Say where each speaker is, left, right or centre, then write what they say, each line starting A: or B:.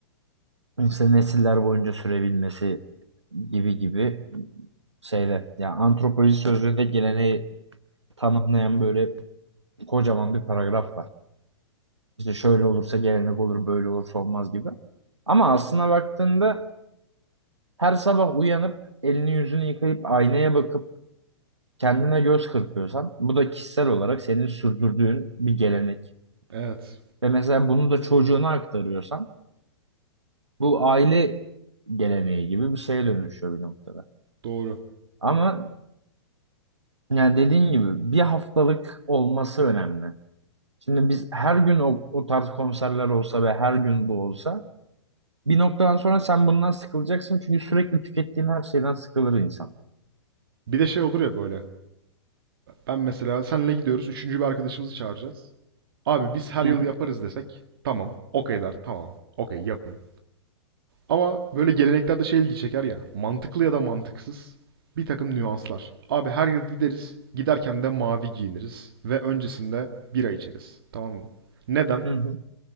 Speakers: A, on the right (about 80°); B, on the right (about 55°).
A: işte nesiller boyunca sürebilmesi gibi gibi şeyler. Ya antropoloji sözlüğünde geleneği tanımlayan böyle kocaman bir paragraf var. İşte şöyle olursa gelenek olur, böyle olursa olmaz gibi. Ama aslına baktığında Her sabah uyanıp elini yüzünü yıkayıp aynaya bakıp kendine göz kırpıyorsan bu da kişisel olarak senin sürdürdüğün bir gelenek.
B: Evet,
A: Ve mesela bunu da çocuğuna aktarıyorsan bu aile geleneği gibi bir şeye dönüşüyor bir noktada.
B: doğru.
A: Ama yani dediğin gibi bir haftalık olması önemli. Şimdi biz her gün o, o tarz konserler olsa ve her gün bu olsa bir noktadan sonra sen bundan sıkılacaksın çünkü sürekli tükettiğin her şeyden sıkılır insan.
B: Bir de şey olur ya böyle. Ben mesela senle gidiyoruz, üçüncü bir arkadaşımızı çağıracağız. Abi biz her
A: Hı
B: yıl
A: hı.
B: yaparız desek, tamam, okey der, tamam, okey yapın. Ama böyle geleneklerde şey ilgi çeker ya, mantıklı ya da mantıksız bir takım nüanslar. Abi her yıl gideriz, giderken de mavi giyiniriz ve öncesinde bira içeriz, tamam mı? Neden?
A: Hı hı.